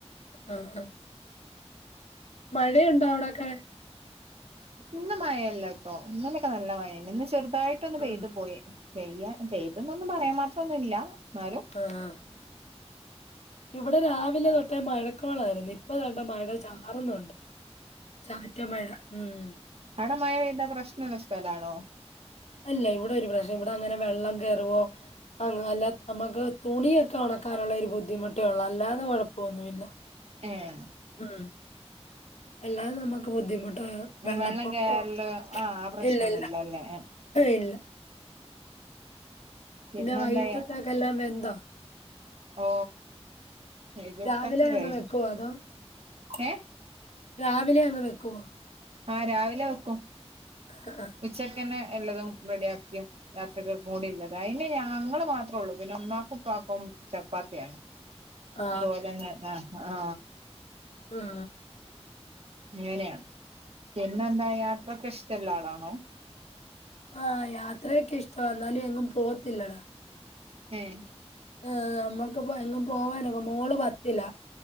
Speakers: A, on the left; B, on the right.
A: ആഹാ.. മഴയുണ്ടോ അവിടൊക്കെ?
B: ന്ന് മഴല്ലട്ടോ ഇന്നലൊക്കെ നല്ല മഴണ്ട് ഇന്ന് ചെറുതായിട്ടൊന്ന്
A: ഉം
B: പെയ്തു പോയി പെയ്യ പെയ്തുന്നൊന്നും പറയാൻ മാത്രൊന്നുല്ല ന്നാലും
A: ആ ആ ഇവിടെ രാവിലെ തൊട്ടേ മഴക്കോളായിരുന്നേ ഇപ്പതണ്ടേ മഴ ചാറുന്നുണ്ട്, ചാറ്റ മഴ. ഉം.. !
B: അട മഴ പെയ്താ- പ്രശ്നള്ളസ്ഥലാണോ?
A: അല്ല ഇവിടെ ഒരു പ്രശ്നം ഇവിടെ- അങ്ങനെ വെള്ളം കയറുവോ. <unintelligible> നമുക്ക് തണി യോക്കേ ഉണക്കാനുള്ള ഒരു ബുദ്ധിമുട്ടേ ഉള്ളൂ അല്ലാതെ കുഴപ്പോന്നുല്ല.
B: ഏഹ്
A: ഉം അല്ലാതെ നമുക്ക് ബുദ്ധിമുട്ട്- ആ വെള്ളപ്പൊക്കം
B: വെള്ളം കയറല് ആഹ് ആ പ്രശ്നൊന്നുല്ല
A: ഇല്ലല്ല
B: അല്ലേ
A: ഇല്ല പിന്നെ
B: പിന്നെന്താ
A: വൈകിട്ടത്തൊക്കെ എല്ലാം വെന്തോ
B: ഓ വൈകീട്ടത്തൊക്കായി
A: രാവിലെ അങ്ങ് വെക്കുവോ അതോ?
B: ഏ
A: രാവിലെ അങ് വെക്കുവോ
B: ആ രാവിലെ വെക്കും
A: അ ആ.
B: ഉച്ചക്കന്നെ എല്ലതും റെഡിയാക്കി രാത്രിക്കക്കും കൂടിള്ളത് അയിന് ഞങ്ങൾ മാത്രേ ഉള്ളൂ പിന്നെ മ്മാക്കും ഉപ്പക്കും ചപ്പാത്തിയാണ്
A: ആ
B: അതുപോലെന്നെ ആ ആ
A: ഉം
B: അങ്ങനെയ പിന്നെന്താ യാത്രക്കെ ഇഷ്ടമുള്ള ആളാണോ
A: ആഹ യാത്രയൊക്കെ ഇഷ്ട എന്നാലും എങ്ങും പോവത്തില്ലടാ
B: ഹം
A: ഏ നമ്മുക്കിപ്പോ എങ്ങും പോവാനൊക്കെ മോള് പത്തില്ല